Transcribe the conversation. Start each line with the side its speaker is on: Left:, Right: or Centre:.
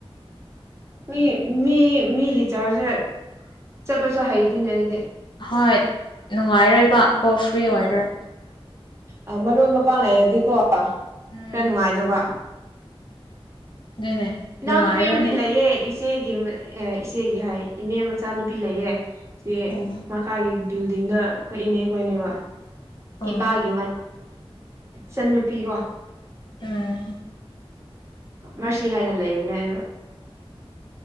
Right: ꯃꯤ ꯃꯤ ꯃꯤꯒꯤ ꯆꯥꯖ ꯆꯠꯄ ꯆ ꯍꯥꯏꯩꯇꯅꯦ ꯍꯥꯏꯗꯤ
Left: ꯍꯣꯏ ꯅꯨꯡꯉꯥꯏꯔꯣꯏꯕ ꯀꯣ ꯐ꯭ꯔꯤ ꯑꯣꯏꯔꯣꯏ
Right: ꯑ ꯃꯅ ꯄꯅꯦꯗꯤ ꯀꯣ
Left: ꯎꯝ
Right: ꯈꯔ ꯅꯨꯡꯉꯥꯏꯗꯧꯕ
Left: ꯑꯗꯨꯅꯦ
Right: ꯅꯎꯅ
Left: ꯅꯨꯡꯉꯥꯏꯔꯣꯏ
Right: ꯄꯤꯃꯗꯂꯌꯦꯦ ꯏꯆꯦꯒꯤ ꯑꯦ ꯏꯆꯦꯒꯤ ꯍꯥꯏ ꯏꯅꯦ ꯃꯆꯥꯅꯨꯄꯤ ꯂꯩꯌꯦ ꯦ
Left: ꯎꯝ
Right: ꯃ ꯀꯥꯒꯤ ꯕꯤꯜꯗꯤꯡꯅ ꯀ ꯏꯅꯦ ꯈꯈꯣꯏꯅꯦꯕ
Left: ꯎꯝ
Right: ꯏ ꯄꯑꯦ ꯃ ꯁꯟꯟꯅꯨꯄꯤ ꯀꯣ
Left: ꯎꯝ
Right: ꯃꯁꯤꯁꯤ ꯍꯥꯏꯅ ꯂꯩꯕꯅꯦ ꯑ